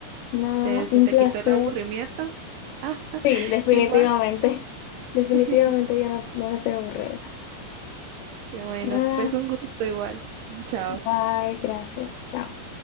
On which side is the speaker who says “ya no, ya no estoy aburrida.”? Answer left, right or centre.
Left